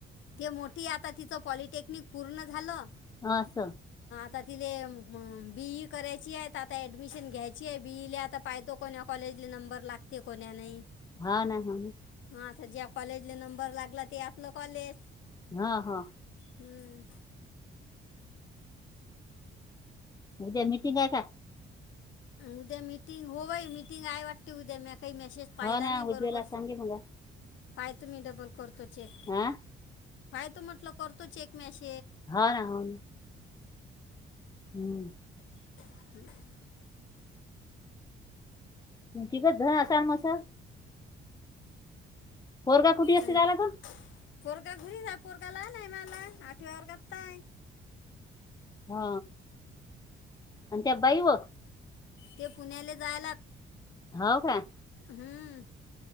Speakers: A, on the left (about 75°); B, on the left (about 20°).
A: ते मोठी आता तिथं पॉलिटेक्निक पूर्ण झालं.
B: हां अस.
A: तर तिले बीई करायची आहे आता ऍडमिशन घ्यायची आहे बीईला आता पाहतो कोण्याव कॉलेजले नंबर लागते कोण्या नाही.
B: हा ना हा ना.
A: हा ज्या कॉलेजले नंबर लागला. ते आपलं कॉलेज,
B: हा हा,
A: हम्म,
B: उद्या मिटिंग आहे काय?
A: उद्या मिटिंग हो बाई मिटिंग आहे वाटते उद्या <unintelligible> काही मेसेज पाहिला
B: हो ना
A: नाही
B: उज्ज्वला
A: बरोबर,
B: सांगे मग
A: पाय तुमी डबल करतो चेक,
B: हा
A: पाय तो म्हटलं करतो चेक मॅशेज.
B: हा ना हो, हम्म,
A: <unintelligible>
B: तिथंच ध असा मसा, पोरगा का कुठे एकटे
A: आणि
B: राहिला ग
A: पोरगा घरी हाय पोरग आणायला नाही आठव्या वर्गात हाय.
B: हा आणि त्या बाई व. -
A: ते पुण्याले जायलात.
B: हो काय.
A: हम्म.